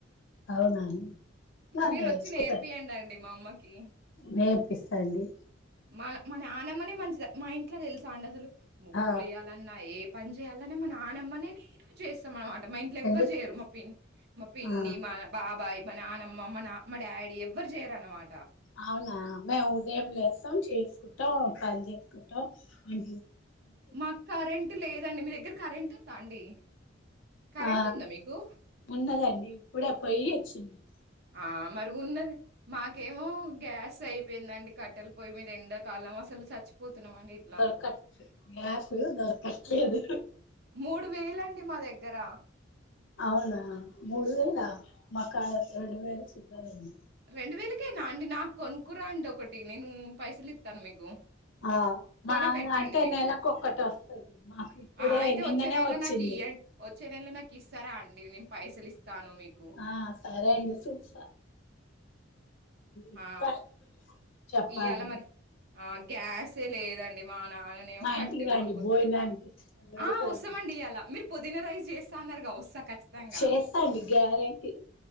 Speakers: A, on the left; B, on the right.
A: అవునా అండి ఆ
B: మీరు
A: నేర్చుకుంటారు
B: వచ్చి నేర్పియండి అండి మా అమ్మకి
A: నేర్ పిస్తా అండి
B: మా మానానమ్మనే మంచిది మా ఇంట్లో తెలుసా అండి అసలు ముగ్గులు
A: ఆ
B: యేయాలన్న ఏ పని చేయాలని మా నానమ్మ నే చేస్తాం అనమాట మా ఇంట్లో ఎవ్వరు
A: ఎందుకు
B: చేయరు మా పిన్ని మా పిన్ని
A: ఆ
B: మా బాబాయ్ మా నానమ్మ మా నా మా డాడీ ఎవ్వరు చేయరన్నమాట
A: అవునా మేము ఉదయం లేస్తాం చేసుకుంటాం పని చేసుకుంటాం అం
B: మాకు కరెంట్ లేదండి మీ దగ్గర కరెంట్ ఉందా అండి కరెంట్
A: ఆ
B: ఉందా మీకు
A: ఉన్నదండి ఇప్పుడే పోయి వచ్చింది
B: ఆ మరి ఉన్నది మాకి కేమో గ్యాస్ అయిపోయిందండి కట్టెలు పోయి మీద ఎండకాలం అసలు చచ్చిపో పోతున్నాం అండి ఇట్లా
A: దొరకట్ గ్యాస్ దొరకట్లేదు
B: మూడు వేలు అండి మా దగ్గర
A: అవునా మూడు వేల మా కాడా రెండు వేలు <inaudible>
B: రెండు వేలకేనా అండి నాకు కొనుకురా అండి ఒకటి నేను పైసలు ఇత్తాను మీకు
A: ఆ
B: కొని
A: మా
B: పెట్టండి
A: అంటే
B: మీకు.
A: నెలకు ఒక్కటి వస్తది మాకు ఇప్పుడే
B: ఆ! అయితే
A: నిన్ననే
B: వచ్చే నెల
A: వచ్చింది
B: నాకు ఇయ్యం వచ్చే నెల నాకు ఇస్తారా అండి? నేను పైసలిస్తాను మీకు.
A: ఆ సరే అండి చూస్తా ఇంకా
B: ఆ
A: చెప్పాలండి
B: ఇయళ మరి ఆ గ్యాసే లేదండి అవునా ఆయన ఏమో
A: మా
B: కట్టెలు
A: ఇంటికి రండి
B: కొనుకొత్తాడు
A: భోజనానికి నేను వండి
B: ఆ
A: పెడతా
B: వస్తాదండి ఆలా మీరు పుదీన రైస్ చేస్త అన్నారుగా వస్తా ఖచ్చితంగా.
A: చేస్తాండి గ్యారంటీ